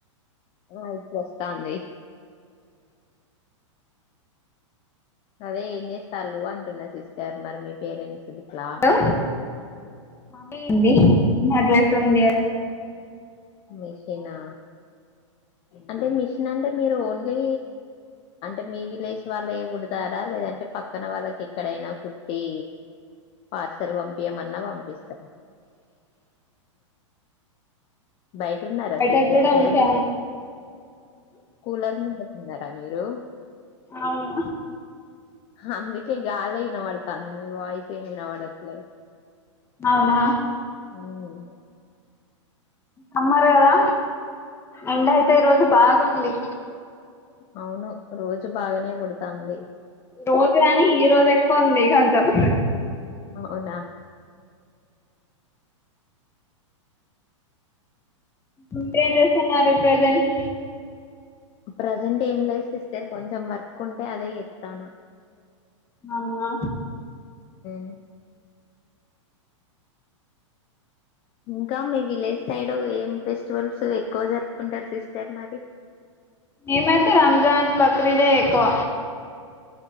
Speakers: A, on the left; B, on the left.
A: ఆ ఇది వస్తాంది అదే ఏం చేస్తాళ్ళు అంటున్నా సిస్టర్ మరి మీ పేరెంట్స్ గిట్లా
B: హలో మామింది నా డ్రెస్ ఉంది
A: మిషనా, అంటే మిషన్ అంటే మీరు ఓన్లీ అంటే మీ విలేజ్ వాళ్ళ కుడతారా లేదంటే పక్కన వాళ్ళకి ఎక్కడైనా కుట్టి, పార్సల్ పంపియమన్నా పంపిస్తార బయట ఉన్నారా
B: బయటకి
A: సిస్టర్
B: కూడా
A: లేదంటే
B: అంతే
A: కూలర్ ముందర ఉన్నారా మీరు
B: అవును
A: అందుకే గలే వినబడుతాంది మీ వాయిస్ ఏ వినబడట్లే
B: అవునా
A: మ్
B: అమ్మారు కదా ఎండ అయితే ఈ రోజు బాగుంది
A: అవును రోజు బాగానే కొడతాంది
B: రోజు కాని ఈ రోజు ఎక్కువ ఉంది కొంచం
A: అవునా
B: <unintelligible> చేస్తున్నారు ప్రెజెంట్
A: ప్రజెంట్ ఏం లైఫ్ సిస్టర్ కొంచెం వర్క్ ఉంటే అదే చేస్తానా
B: అవునా
A: మ్ ఇంకా మీ విలేజ్ సైడ్ ఏం ఫెస్టివల్స్ ఎక్కువ జరుపుకుంటారు సిస్టర్ మరి
B: మేమైతే రంజాన్ బక్రీదే ఎక్కువ